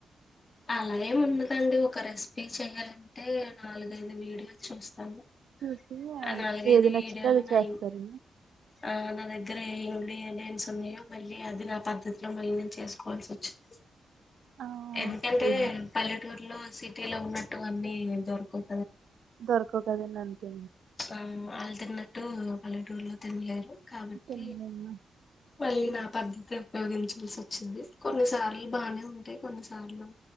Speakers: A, on the left; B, on the right.
A: అలా ఏం ఉండదండి ఒక రెసిపీ చెయాలంటే నాలుగైదు వీడియోలు చూస్తాను
B: చూసి ఆ,
A: అ నాలుగైదు
B: ఏది నచ్చితే
A: వీడియోల్
B: అది
A: ఉన్నాయ్
B: చేస్తారండి
A: ఆ నాద గ్గర ఏం ఉన్నాయో ఏమేంస్ ఉన్నాయో మళ్ళీ అది నా పద్ధతిలో మళ్ళీ నేను చేసుకోవాల్సి ఒచ్చింది
B: ఆ,
A: ఎందుకంటే
B: ఓకే
A: పల్లెటూర్లో సిటీ లో ఉన్నట్టు అన్నీ దొరకవ్
B: దొరకవు కదండి అంతే
A: అమ్ ఆళ్ళ్ తిన్నట్టు పల్లెటూర్లో తిన్లేరు కాబట్టి
B: తినలేమా?
A: మళ్ళీ నా పద్ధతి ఉపయోగించాల్సి ఒచ్చింది కొన్నిసార్లు బానే ఉంటయ్ కొన్నిసా ర్లు